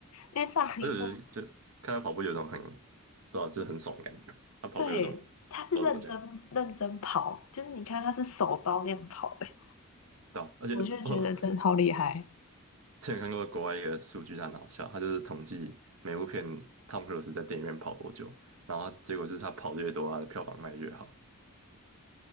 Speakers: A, on the left; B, on the right.
A: 因为上一步。
B: 而且就就看他跑步有一种很，不知道就是很爽的感觉。他跑步有一种
A: 对，他是认真认真跑，
B: 不知道怎么讲，
A: 就是你看他是手刀那样跑、欸，
B: 对啊而且我
A: 我就觉得真的好厉害。
B: <laughs> 之前看过国外一个数据，它很好笑，他就是统计每部片汤姆克鲁斯在电影院跑多久，然后他结果是他跑得越多，他的票房卖得越好。